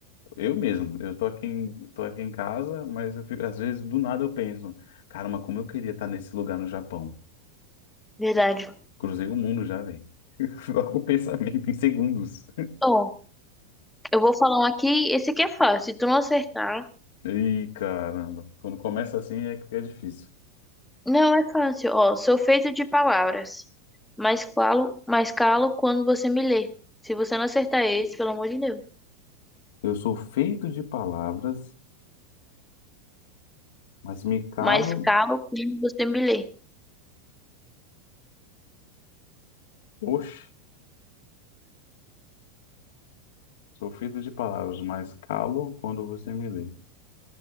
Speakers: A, on the left; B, in the centre.
A: Eu mesmo, eu tô aqui em, tô aqui em casa, mas eu fico, às vezes do nada eu penso, cara, mas como eu queria estar nesse lugar no Japão.
B: verdade.
A: Cruzei o mundo já, velho. <laughs> Só com o pensamento em segundos.
B: Ó, eu vou falar um aqui. Esse aqui é fácil. Se tu não acertar.
A: Ih, caramba. Quando começa assim é, que é difícil.
B: Não é fácil. Ó, sou feito de palavras. Mas falo, mas calo quando você me lê. Se você não acertar esse, pelo amor de Deus.
A: Eu sou feito de palavras, mas me calo.
B: Mas calo quando você me lê.
A: Oxe, sou feito de palavras, mas calo quando você me lê.